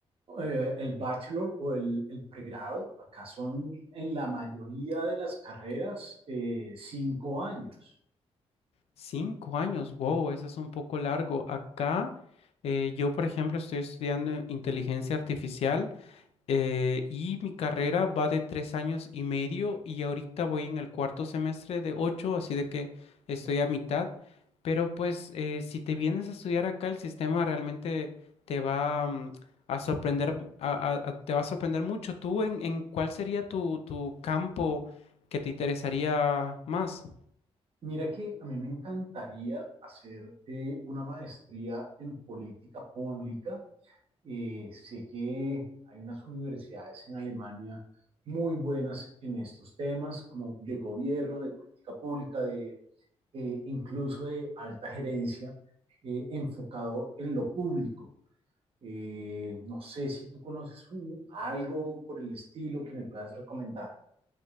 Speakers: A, on the right; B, on the left.
A: Eh, el bachelor o el, el, pregrado, acá son en la mayoría de las carreras eh, cinco años.
B: Cinco años, wow, eso es un poco largo. Acá, eh, yo, por ejemplo, estoy estudiando inteligencia artificial. Eh, y mi carrera va de tres años y medio y ahorita voy en el cuarto semestre de ocho, así de que estoy a mitad. Pero pues eh, si te vienes a estudiar acá, el sistema realmente te va mm, a sorprender, a- a- a- te va a sorprender mucho. ¿Tú en, en cuál sería tu, tu campo que te interesaría más?
A: Mira que a mí me encantaría hacer eh, una maestría en política pública. Eh, sé que hay unas universidades en Alemania muy buenas en estos temas, como de gobierno, de política pública, de eh, incluso de alta gerencia, eh, enfocado en lo público. Eh, no sé si tú conoces un- algo por el estilo que me puedas recomendar.